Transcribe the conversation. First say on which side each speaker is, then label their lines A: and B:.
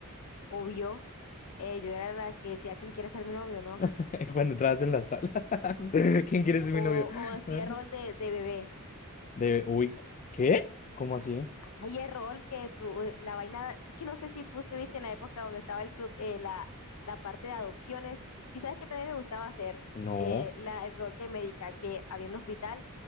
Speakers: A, on the left; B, on the left.
A: Obvio, eh, yo era la que decía quién quiere ser mi novio, ¿no?
B: <laughs> Cuando entrabas en las salas. <laughs> ¿Quién quiere ser
A: O,
B: mi novio? <laughs>
A: o hacía
B: Ah,
A: rol de, de bebé.
B: De, uy, ¿qué? ¿Cómo así?
A: Hay el rol que tú, eh, la vaina, es que no sé si tú estuviste en la época donde estaba el club, eh, la, la parte de adopciones, y sabes que también me gustaba hacer
B: No,
A: Eh, la, el rol de médica, que había un hospital,